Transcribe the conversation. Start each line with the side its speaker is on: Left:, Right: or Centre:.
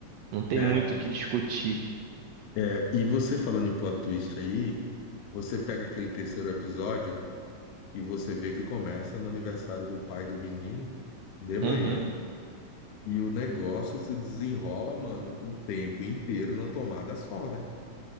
Right: Não tem
Left: É,
Right: muito o que discutir.
Left: é, e você falando em plot twist aí, você pega aquele terceiro episódio, né? E você vê que começa no aniversário do pai do menino, de manhã,
Right: Uhum,
Left: né? E o negócio se desenrola, mano, o tempo inteiro numa tomada só, né?